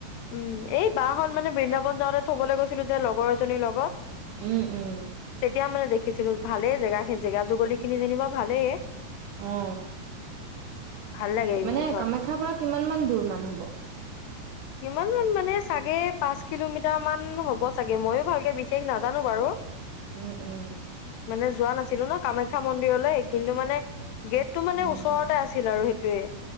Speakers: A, on the left; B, on the right.
A: উম এই বাঁহখন মানে বৃন্দাবন যাওঁতে থবলৈ গৈছিলো যে লগৰ এজনীৰ লগত
B: উম উম।
A: এতিয়া মানে দেখিছিলো ভালেই জেগা জেগা জুগলি খিনি যেনিবা ভালেই হে
B: অ
A: ভাল লাগে এই
B: মানে
A: মুঠত
B: কামাখ্যাৰ, পৰা কিমান মান দোৰ মান হ'ব।
A: ইমান মানে চাগে পাঁচ কিলোমিটাৰ মান হব চাগে ময়ো ভালকে বিশেষ নাজানো বাৰু
B: উম উম।
A: মানে যোৱা নাছিলো ন কামাখ্যা, মন্দিৰলৈ কিন্তু মানে গেট টো মানে
B: হয়
A: ওচৰতে
B: দে
A: আছিল আৰু সেইটো <inaudible>